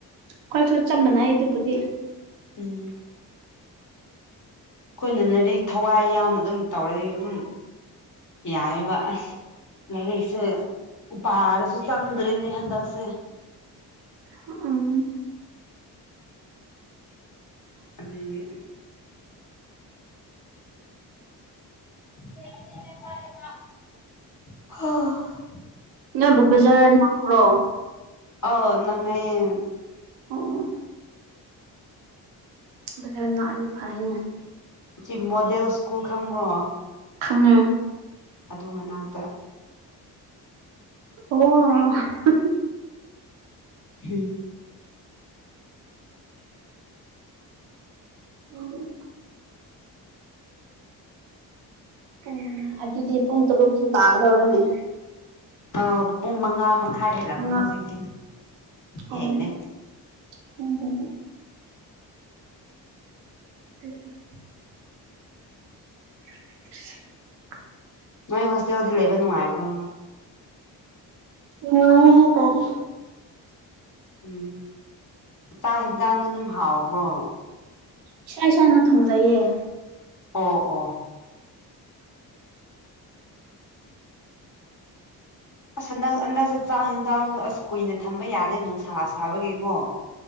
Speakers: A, on the right (about 80°); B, on the left (about 40°).
A: ꯈꯣꯏꯁꯨ ꯆꯞ ꯃꯥꯟꯅꯏꯩ ꯑꯗꯨꯕꯨꯗꯤ꯫
B: ꯎꯝ꯫ ꯑꯩꯈꯣꯏꯅ ꯂꯥꯏꯔꯤꯛ ꯊꯋꯥꯏ ꯌꯥꯎꯅ ꯑꯗꯨꯝ ꯇꯧꯔꯗꯤ ꯑꯗꯨꯝ ꯌꯥꯏꯌꯦꯕ ꯎꯝ ꯂꯥꯏꯔꯤꯛꯁꯦ ꯄꯥꯔꯁꯨ ꯆꯪꯗ꯭ꯔꯤꯅꯦ ꯍꯟꯗꯛꯁꯦ꯫
A: ꯎꯝ꯫
B: ꯑꯗꯨꯒꯤ꯫ ꯍꯥ꯫
A: ꯅꯣꯏꯕꯨ ꯕꯖꯥꯔ ꯅꯛꯄ꯭ꯔꯣ꯫
B: ꯑꯧ ꯅꯛꯅꯩꯌꯦ꯫
A: ꯑꯣ ꯑꯣ ꯕꯖꯥ꯭ꯔ ꯅꯛꯑꯗꯤ ꯐꯔꯦꯅꯦ꯫
B: ꯁꯤ ꯃꯣꯗꯦꯜ ꯁ꯭ꯀꯨꯜ ꯈꯪꯕ꯭ꯔꯣ꯫
A: ꯈꯪꯉꯦ꯫
B: ꯑꯗꯨ ꯃꯅꯥꯛꯇ꯫
A: ꯑꯣ꯫
B: ꯎꯝ꯫
A: ꯎꯝ꯫ ꯄꯨꯡ ꯃꯉꯥ ꯑꯗꯨꯗꯤ ꯄꯨꯡ ꯇꯔꯨꯛꯁꯨ ꯇꯥꯒꯗꯧꯔꯦꯅꯦ꯫
B: ꯑꯥ ꯄꯨꯡ ꯃꯉꯥ ꯃꯈꯥꯏ꯫ ꯍꯦꯜꯂꯝꯅꯤ
A: ꯃꯉꯥ
B: ꯍꯧꯖꯤꯛꯇꯤ
A: ꯎꯝ
B: ꯍꯦꯜꯂꯦ
A: ꯍꯣꯝ ꯍꯣꯝ ꯍꯣꯝ <unintelligible> <unintelligible>
B: ꯅꯣꯏ ꯍꯣꯁꯇꯦꯜꯗꯤ ꯂꯩꯕ ꯅꯨꯡꯉꯥꯏꯕ꯭ꯔꯣ꯫
A: ꯅꯨꯡꯉꯥꯏ ꯍꯥꯏ ꯇꯥꯔꯦ꯫
B: ꯎꯝ ꯆꯥꯛ ꯌꯦꯟꯁꯥꯡꯗꯤ ꯑꯗꯨꯝ ꯍꯥꯎꯕ꯭ꯔꯣ꯫
A: ꯏꯁꯥ ꯏꯁꯥꯅ ꯊꯣꯡꯖꯩꯌꯦ꯫
B: ꯑꯣ ꯑꯣ꯫ ꯑꯁ ꯍꯟꯗꯛ ꯍꯟꯗꯛꯁꯦ ꯆꯥꯛ ꯌꯦꯟꯖꯥꯡꯁꯨ ꯑꯁ ꯀꯨꯏꯅ ꯊꯝꯕ ꯌꯥꯗꯦ ꯅꯨꯡꯁꯥ ꯁꯥꯕꯒꯤꯀꯣ꯫